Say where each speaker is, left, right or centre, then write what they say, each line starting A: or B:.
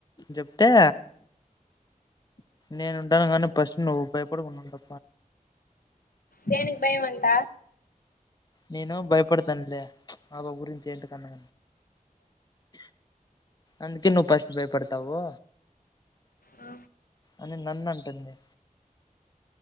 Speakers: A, on the left; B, on the left.
A: చెప్తే నేను ఉంటను కానీ ఫస్ట్ నువ్వు భయపడకుండా ఉండు
B: దేనికి భయం అంట
A: నేను భయపడతానులే అవ్వ గురించి ఏంటి కన్నా అందుకే నువ్వు ఫస్ట్ భయపడతావో
B: ఆ
A: అని నన్ను అంటుంది